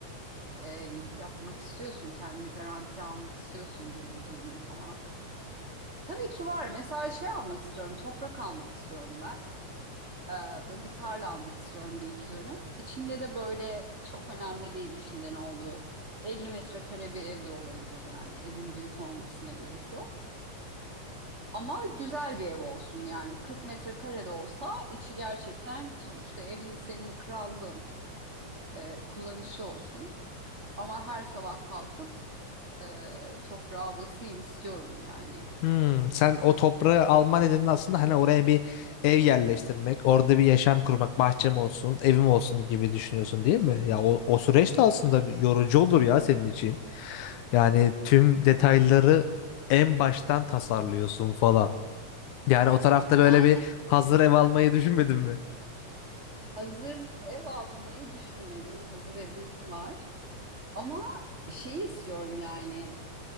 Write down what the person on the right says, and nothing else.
e, yapmak istiyorsun. Kendini garantiye almak istiyorsun geleceğini falan. Tabii ki var. Mesela şey almak istiyorum. Toprak almak istiyorum ben. Ee, böyle bir tarla almak istiyorum bir iki dönüm. İçinde de böyle çok önemli değil içinde ne olduğu. 50 metrekare bir ev de olabilir yani. Evin büyük olmasına gerek yok. Ama güzel bir ev olsun yani 40 metrekare de olsa içi gerçekten sonuçta evin senin krallığın e, kullanışlı olsun. Ama her sabah kalkıp e, toprağa basayım istiyorum yani.
E,
yani
hazır ev almayı düşünmedim. Hazır evim var. Ama şeyi istiyorum yani.